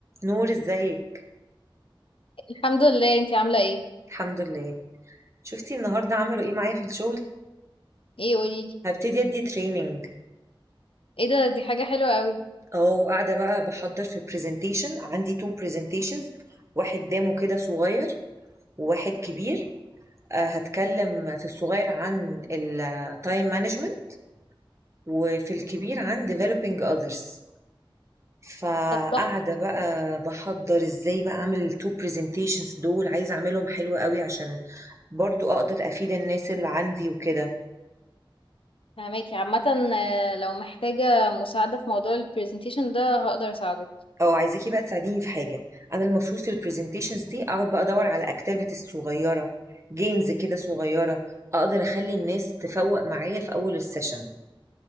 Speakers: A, on the right; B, on the left.
A: نور ازيك
B: الحمد لله انتي عاملة ايه
A: الحمد لله شفتي النهارده عملوا ايه معايا في الشغل
B: ايه قوليلي
A: هبتدي ادي تريننج
B: ايه ده دي حاجة حلوة قوي
A: اهو قاعده بقى بحضر في برزنتيشن عندي تو برزنتيشنز واحد دامه كده صغير وواحد كبير آه، هتكلم في الصغير عن التايم مانجمنت وفي الكبير عن developing others فقاعده
B: طب تحفة
A: بقى بحضر ازاي بقى اعمل التو برزنتيشنز دول عايزه اعملهم حلو قوي عشان برضو اقدر افيد الناس اللي عندي وكده
B: فهماكي عامة آه، لو محتاجة مساعدة في موضوع البرزنتيشن ده هقدر اساعدك
A: آه، عايزاكِ بقى تساعديني في حاجة، أنا المفروض في الpresentations دي أقعد بقى أدوّر على activities صغيّرة، games كده صغيّرة، أقدر أخلّي الناس تفوّق معايا في أول الsession،